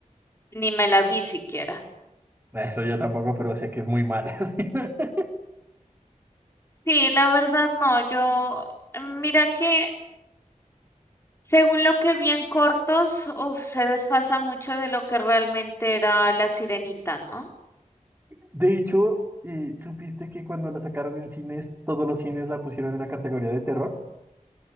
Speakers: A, on the left (about 20°); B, on the right (about 15°).
A: Ni me la vi siquiera.
B: Eso yo tampoco, pero sé que es muy mala. <laughs>
A: Sí, la verdad no. Yo, mira que según lo que vi en cortos, uf, se desfasa mucho de lo que realmente era la sirenita, ¿no?
B: De hecho, eh, ¿supiste que cuando la sacaron en cines, todos los cines la pusieron en la categoría de terror?